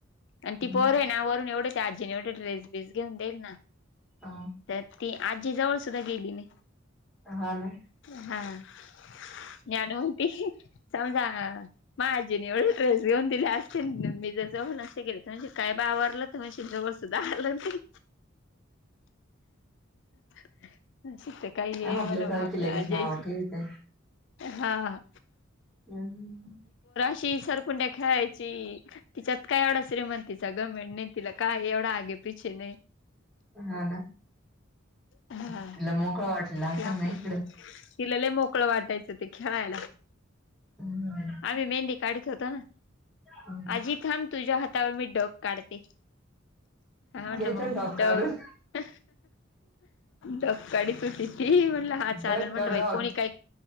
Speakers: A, on the left; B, in the centre.
A: आणि
B: हम्म.
A: ती पोर आहे ना वरून एवढं त्या आजीने एवढे ड्रेस बिस घेऊन देईल ना,
B: हा
A: तर ती आजीजवळ सुद्धा गेली नाय.
B: हा ना
A: हा, <unintelligible> ती समजा माझ्या आजीने एवढे ड्रेस घेऊन दिले असते, अन मी जर जवळ नसते गेले, तर म्हणेल काय बावारलं तर म्हणशील जवळ सुद्धा आलं नाही. <inaudible> तर काही हे
B: आपल्यासारखी
A: म्हणो बा आपली
B: लगेच
A: आजी
B: नाव
A: हाय ची,
B: ठेवते.
A: हा.
B: हम्म.
A: ची सरकुंड्या खेळायची, तिच्यात काय एवढा श्रीमंतीचा घमंड हाय अन तिला काय एवढा आगे पिछे नाही.
B: हा ना,
A: हा
B: तिला मोकळं वाटलं असल
A: ती आपली
B: ना‌ इथलं.
A: तिला लय मोकळं वाटायचं ते खेळायला,
B: हम्म
A: आम्ही मेहंदी काढीत होतो ना.
B: हम्म.
A: आजी थांब तुझ्या हातावर मी डक काढते. हा म्हटलं
B: घ्यायचं
A: मग
B: ना डॉग
A: डक,
B: काढून
A: डक काढी त होती ती, म्हणलं हा चालल
B: डॉग
A: म्हणलं
B: का डॉग
A: बाई, कोणी काही,